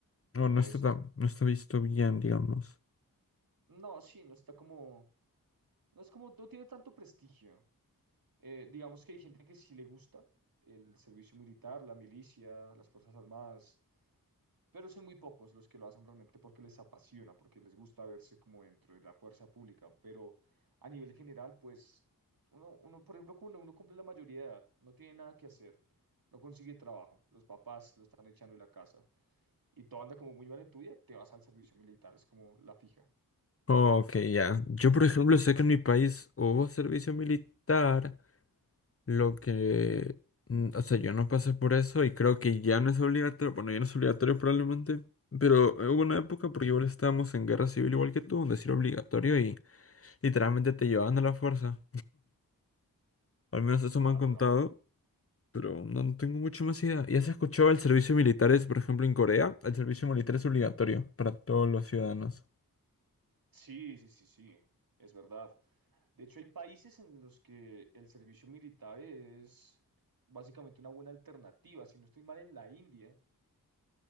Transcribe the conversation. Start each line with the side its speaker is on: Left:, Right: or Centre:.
Left: No,
Right: como
Left: no está
Right: eso.
Left: tan, no está visto bien, digamos.
Right: No, sí, no está como... No es como, no tiene tanto prestigio. Eh, digamos que hay gente que sí le gusta el servicio militar, la milicia, las Fuerzas Armadas, pero son muy pocos los que lo hacen realmente porque les apasiona, porque les gusta verse como dentro de la fuerza pública. Pero a nivel general, pues, uno, uno, por ejemplo, cuando uno cumple la mayoría de edad, no tiene nada que hacer, no consigue trabajo, los papás lo están echando de la casa y todo anda como muy mal en tu vida, te vas al servicio militar, es como la fija.
Left: Oh, Ok, ya. Yo, por ejemplo, sé que en mi país hubo servicio militar, lo que... mm, O sea, yo no pasé por eso y creo que ya no es obligatorio, bueno, ya no es obligatorio probablemente, pero hubo una época, porque igual estábamos en guerra civil igual que tú, donde sí era obligatorio y literalmente te llevaban a la fuerza. Al menos eso
Right: Claro,
Left: me han contado,
Right: era-
Left: pero no, no tengo mucho más idea. ¿Ya se escuchó el servicio militar es, por ejemplo, en Corea? El servicio militar es obligatorio para todos los ciudadanos.
Right: Sí, sí, sí, sí, es verdad. De hecho, hay países en los que el servicio militar es básicamente una buena alternativa. Si no estoy mal, en la India,